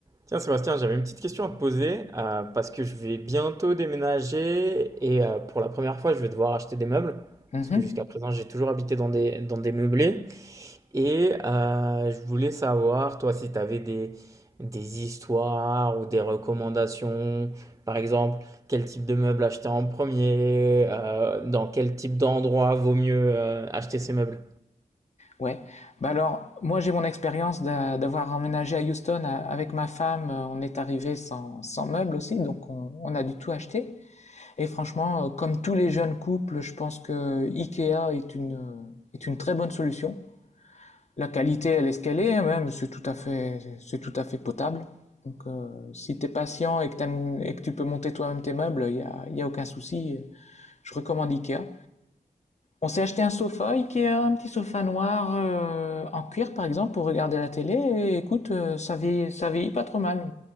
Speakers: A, on the right; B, on the left.
A: Tiens, Sébastien, j'avais une petite question à te poser euh, parce que je vais bientôt déménager et euh, pour la première fois, je vais devoir acheter des meubles
B: Mhm.
A: parce que jusqu'à présent, j'ai toujours habité dans des, dans des meublés. Et euh, je voulais savoir, toi, si tu avais des, des histoires ou des recommandations, par exemple, quel type de meubles acheter en premier, euh, dans quel type d'endroit vaut mieux euh, acheter ces meubles.
B: Ouais. Bah alors, moi j'ai mon expérience d'a- d'avoir emménagé à Houston à- avec ma femme. euh, On est arrivé sans, sans meubles aussi, donc on, on a du tout acheté. Et franchement, euh, comme tous les jeunes couples, je pense que IKEA est une euh, est une très bonne solution. La qualité, elle est ce qu'elle est, même c'est tout à fait c'est tout à fait potable. Donc euh, si t'es patient et que t'aimes- et que tu peux monter toi-même tes meubles, il y a il y a aucun souci. Je recommande IKEA. On s'est acheté un sofa Ikea, un petit sofa noir euh, en cuir par exemple pour regarder la télé et écoute, euh, ça vieillit, ça vieillit pas trop mal.